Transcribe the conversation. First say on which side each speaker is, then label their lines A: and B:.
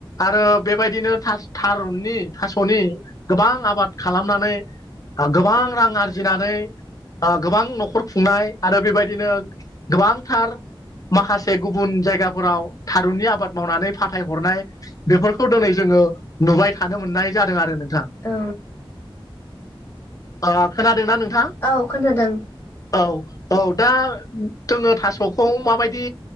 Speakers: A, on the left; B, on the left.
A: आरो बेबायदिनो थारुननि थास'नि गोबां आबाद खालामनानै गोबां रां आरजिनानै आ गोबां न'खर खुंनाय आरो बेबायदिनो गोबांथार माखासे गुबुन जायगाफोराव थारुननि आबाद मावनानै फाथायहरनाय बेफोरखौ दिनै जोङो नुबाय थानो मोननाय जादों आरो नोंथां
B: औ
A: ओ खोनादोंना नोंथां?
B: औ खोनादों।
A: औ औ दा जोङो थास'खौ माबायदि